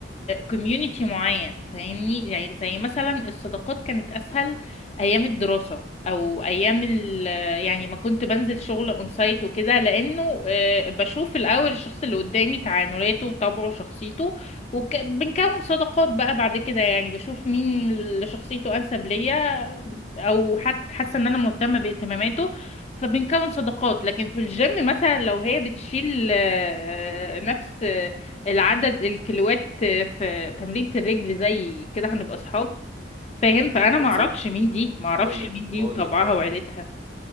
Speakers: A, on the left; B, on the right.
A: كوميونيتي معين فاهمني يعني زي مثلا الصداقات كانت اسهل ايام الدراسه او ايام ال يعني ما كنت بنزل شغل اون سايت وكده لانه آه، بشوف الاول الشخص اللي قدامي تعاملاته طبعه شخصيته وبنكون صداقات بقى بعد كده يعني بشوف مين اللي شخصيته انسب ليا او حتى حاسه ان انا مهتمه باهتماماته فبنكون صداقات لكن في الجيم مثلا لو هي بتشيل آه، نفس آه، العدد الكيلوات آه، في تمرينة الرجل زي كده هنبقى اصحاب فاهم فانا
B: بصي
A: ما اعرفش مين دي ما اعرفش
B: هقول لك
A: مين دي
B: هقول
A: وطبعها
B: لك هقول
A: وعيلتها
B: لك